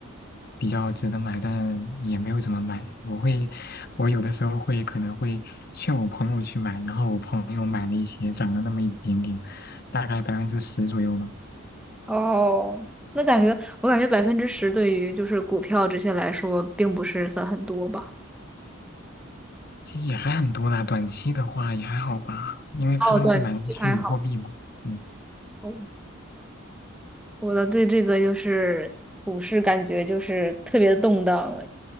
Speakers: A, on the left (about 45°); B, in the centre.
A: 比较值得买，但也没有怎么买。我会，我有的时候会可能会劝我朋友去买，然后我朋友买了一些，涨了那么一点点，大概百分之十左右嘛，
B: 哦，那感觉我感觉百分之十对于就是股票这些来说，并不是算很多吧。
A: 其实也还很多啦。短期的话也还好吧，因为他当时买的是虚拟货币嘛。
B: 哦，短期还好。
A: 嗯，
B: 哦我的对这个就是股市感觉就是特别动荡，